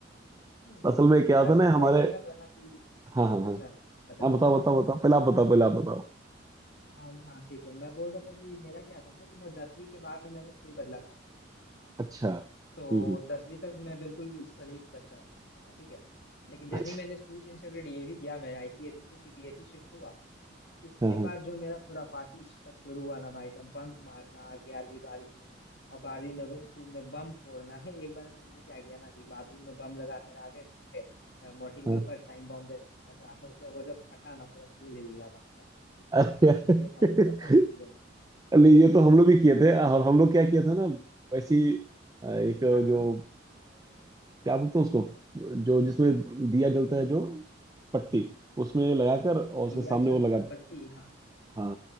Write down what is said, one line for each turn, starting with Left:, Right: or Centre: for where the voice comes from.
Left: <laughs>
Right: असल में क्या
Left: मेरा
Right: होता है ना
Left: स्कूल
Right: हमारे
Left: लाइफ कैसा था ना कि
Right: हाँ हाँ
Left: अच्छा
Right: हाँ
Left: अच्छा
Right: हाँ
Left: बोलिए
Right: बताओ बताओ बताओ पहले आप बताओ पहले आप बताओ
Left: हाँ हाँ, ठीक है मैं बोल रहा था कि मेरा क्या था ना कि मैं दसवीं के बाद मैंने स्कूल बदला था
Right: अच्छा हम्म
Left: तो
Right: हम्म,
Left: 10वीं तक मैं बिल्कुल शरीफ बच्चा था ठीक है लेकिन जैसे
Right: अच्छा
Left: ही मैंने स्कूल चेंज करके डीएवी गया मैं आईसीएसई से सीबीएसई शिफ्ट हुआ उसके
Right: हाँ हाँ
Left: बाद जो मेरा खुराफाती रिश्ता शुरू हुआ ना भाई साहब बंक मारना ग्यारहवीं बारहवीं में और बारहवीं में वो स्कूल में बम फोड़ना <laughs> है एक बार में हमने क्या किया ना कि बाथरूम में बम लगा कर आ गए अ, मोर्टिन
Right: हाँ
Left: के ऊपर टाइम बम जैसा <laughs> उसका वो जब फटा ना पूरा स्कूल हिल गया भाई साहब
Right: अरे <laughs>
Left: ये सारी खुराफाती की हमने
Right: नहीं ये तो हम लोग भी किए थे और हम लोग क्या किया था ना वैसी अ, एक
Left: हाँ
Right: जो
Left: हाँ
Right: अ, क्या बोलते हैं उसको जो जिसमें दिया जलता है जो पट्टी उसमें लगाकर और उसके
Left: दिया
Right: सामने
Left: जल
Right: वो लगा
Left: बत्ती हाँ
Right: हाँ